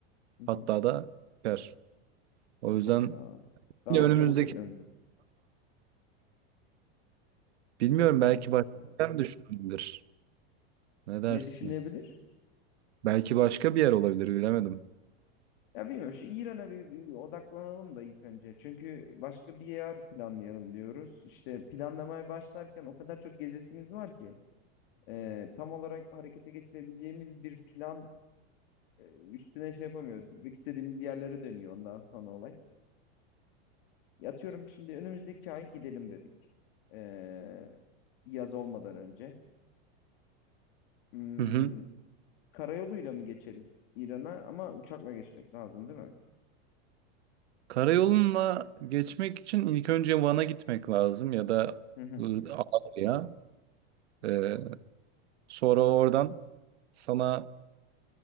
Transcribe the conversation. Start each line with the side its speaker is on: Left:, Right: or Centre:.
Left: Hı hı.
Right: Hatta da çıkar. O yüzden
Left: Çok ya. Daha
Right: yine önümüzdeki
Left: çabuk etmemiz lazım.
Right: bilmiyorum
Left: Çabuk
Right: belki
Left: olmamız
Right: başka
Left: çok önemli.
Right: bir yer mi düşünülebilir? Ne dersin?
Left: Ne düşünebilir?
Right: Belki başka bir yer olabilir bilemedim.
Left: Ya bilmiyorum şu İran'a bir, bir- bir odaklanalım da ilk önce. Çünkü başka bir yer planlayalım diyoruz. İşte planlamaya başlarken o kadar çok gezesimiz var ki. e, tam olarak harekete geçirebileceğimiz bir plan e, üstüne şey yapamıyoruz. Gitmek istediğimiz yerlere dönüyor ondan sonra olay. Ya Atıyorum şimdi önümüzdeki ay gidelim dedik. E, yaz olmadan önce. Hmm,
Right: Hı hı.
Left: Karayoluyla mı geçeriz İran'a ama uçakla geçmek lazım değil mi?
Right: Karayolunla geçmek için ilk önce Van'a gitmek lazım ya da
Left: Hı hı.
Right: ıı, Ağrı'ya. Ee, sonra oradan sana